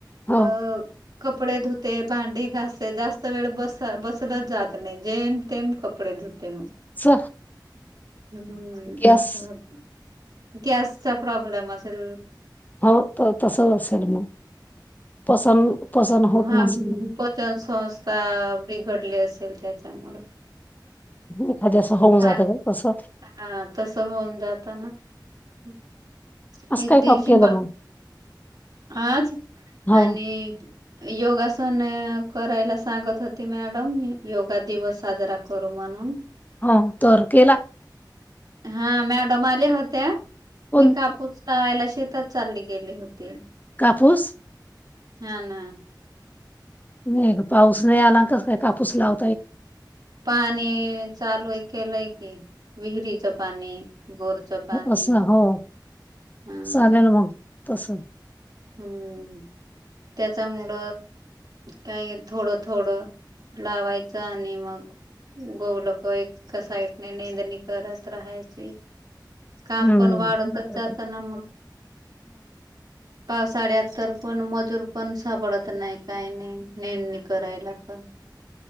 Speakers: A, on the left; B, on the right.
A: हो
B: अ कपडे धुते भांडी घासते. जास्त वेळ बस-बसल जात नाही जेम-तेम कपडे धुते मग
A: च
B: <inaudible> हम
A: गॅस
B: असं होत. गॅसचा प्रॉब्लेम असेल.
A: हो त तसच असेल मग. पसन पसन होत
B: हा
A: नसेल
B: पचन संस्था घडले असेल त्याच्यामुळ. <inaudible>
A: एखाद्यास होऊन
B: हा
A: जातं
B: <inaudible>
A: ग तसं
B: हा तस होऊन जातना. <inaudible>
A: असं
B: एक
A: काय
B: दिवशी
A: काम केलं
B: का
A: मग
B: आज
A: हो
B: आणि योगासन करायला सांगत होते मॅडम योगा दिवस साजरा करू म्हणून
A: हा. तर केला?
B: हा मॅडम आल्या होत्या
A: पण
B: मी कापुस लावायला शी शेतात चालली गेली होती.
A: कापूस
B: हा ना.
A: नाही गं पाऊस नाही आला कस हाय कापूस लाव
B: पाणी चालू आहे केलंय की विहिर च पाणी, बोरच पाणी
A: असं हो
B: हम.
A: चालेल मग तस.
B: हम्म त्याच्यामुळ काय थोडं थोडं लावायचं आणि मग उगवलं क एक कसायटने नेंदणी करत राहायची. काम
A: हम्म
B: पण वाढून
A: मग
B: तरच जातना मग <inaudible> पावसाळ्यात तर पण मजूर पण सापडत नाही काय नाही? नेंदनी करायला पण. <inaudible>